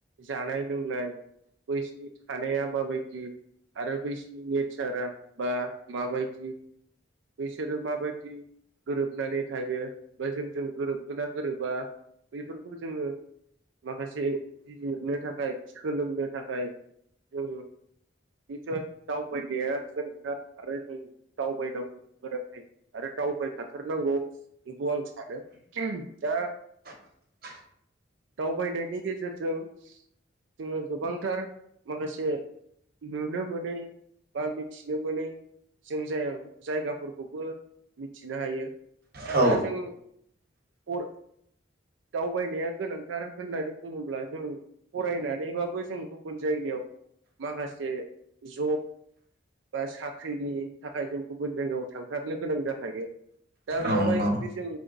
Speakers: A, on the right; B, on the right.
A: जानाय लोंनाय बैसिनि थानाया माबायदि, आरो बैसिनि नेचारा बा माबायदि बिसोरो माबायदि गोरोबनानै थायो बा जोंजों गोरोबगोना गोरोबा बेफोरखौ जोङो माखासे बिजिरनो थाखाय सोलोंनो थाखाय जों नितसय दावबायनाया गोनांथार आरो जों दावबायनांगौ। बोरै आरो दावबायखाथारनांगौ बेखौ आं सानो। दा
B: <inaudible>
A: दावबायनायनि गेजेरजों जोङो गोबांथार माखासे नुनो मोनै बा मिथिनो मोनै जों जाया जायगा फोरखौबो मिथिनो हायो।
B: औ
A: दा जों अर दावबायनाया गोनांथार होननानै बुङोब्ला जों फरायनानैबाबो जों गुबुन जाय गायाव माखासे जब बा साख्रिनि थाखाय जों गुबुन जायगायाव थांथारनो गोनां जाखायो। दा बेवहाय
B: औ नंगौ
A: जुदि जों